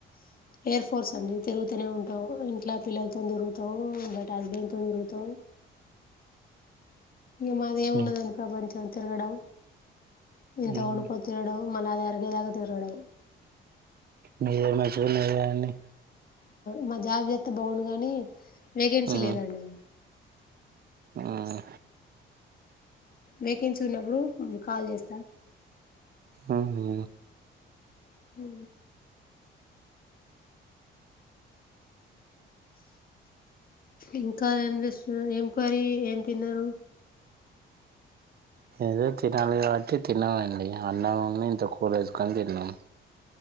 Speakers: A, on the left; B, on the right.
A: ఎయిర్ ఫోర్స్ అండి తిరుగుతూనే ఉంటాం ఇంట్లా పిల్లలతోొంద రుత బట్ హస్బెండ్తో నిరుగుత ఇం మాది ఏమి ఉండదని
B: మీ-
A: ప్రపంచం తిరగడం ఇంత
B: ఉమ్,
A: వండుకొని తిినడం మనది తగేదగదు ఇవే
B: మీరేమంచిగున్నారు గా అండి
A: మా జాబ్ చెత్త బాగుం గాని వేకెన్సీ
B: ఉమ్,
A: లేదండి
B: ఉమ్.
A: వేకెన్సీ ఉన్నప్పుడు కాల్ చేస్తా
B: ఉహు
A: అ ఇంకా ఏం చేస్తున్నావ్? ఏం కర్రీ? ఏం తిన్నావ్?
B: ఏదో తినాలి కాబట్టి తిన్నామండి. అన్నం ఉంది ఇంత కూరేసుకొని తిన్నామ్.